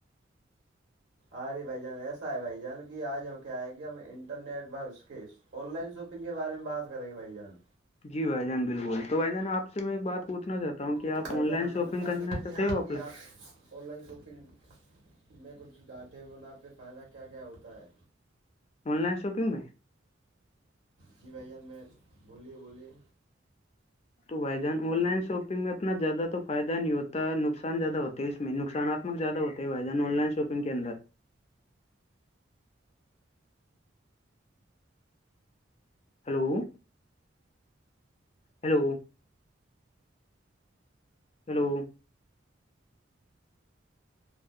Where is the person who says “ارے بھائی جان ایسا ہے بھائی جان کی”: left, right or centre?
Right